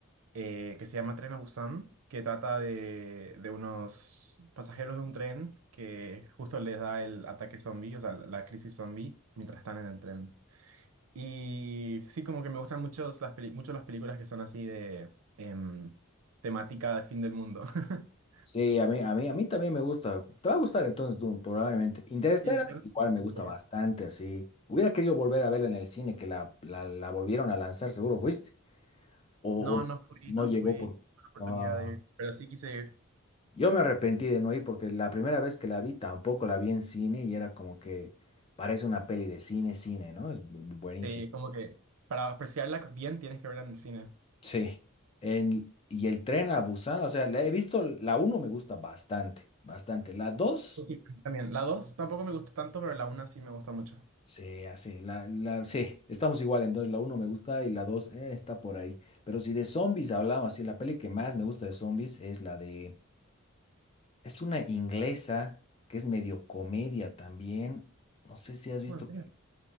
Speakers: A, on the right; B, on the left.
A: eh, que se llama Tren a Busan, que trata de, de unos pasajeros de un tren que justo les da el ataque zombie, o sea, la la crisis zombie, mientras están en el tren. Y sí, como que me gustan mucho las, peli- mucho las películas que son así de em, temática de fin del mundo. <laughs>
B: Sí, a mí, a mí, a mí también me gusta. Te va a gustar entonces Dune, probablemente. Interstellar
A: Sí, yo creo
B: igual
A: que-
B: me gusta bastante, así. Hubiera querido volver a verla en el cine, que la, la, la volvieron a lanzar, seguro fuiste. O,
A: No,
B: o
A: no fui,
B: no
A: no
B: llegó
A: fui
B: por...
A: con la oportunidad
B: Ah,
A: de ir, pero sí quise ir.
B: Yo me arrepentí de no ir porque la primera vez que la vi tampoco la vi en cine y era como que parece una peli de cine, cine, ¿no? Es bu- buenísimo.
A: Sí, como que para apreciarla bien tienes que verla en el cine.
B: Sí. En- y el tren a Busan, o sea, la he visto, la uno me gusta bastante, bastante. La 2
A: Sí, también. La dos tampoco me gustó tanto, pero la una sí me gustó mucho.
B: sí, así, la, la, sí, estamos igual, entonces la uno me gusta y la 2 eh, está por ahí. Pero si de zombies hablamos, sí, la peli que más me gusta de zombies es la de, es una inglesa que es medio comedia también. No sé si has visto
A: Oh, ¿en serio?